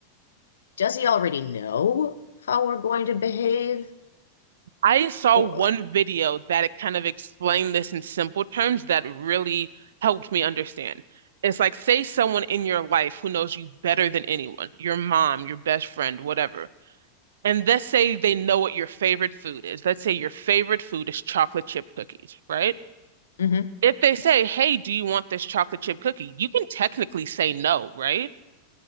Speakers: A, on the left; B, on the right.
A: does he already know how we're going to behave?
B: I saw
A: Or,
B: one video that it kind of explained this in simple terms that really helped me understand. It's like, say someone in your life who knows you better than anyone, your mom, your best friend, whatever. And let's say they know what your favorite food is. Let's say your favorite food is chocolate chip cookies, right?
A: mhm,
B: If they say, hey, do you want this chocolate chip cookie? You can technically say no, right?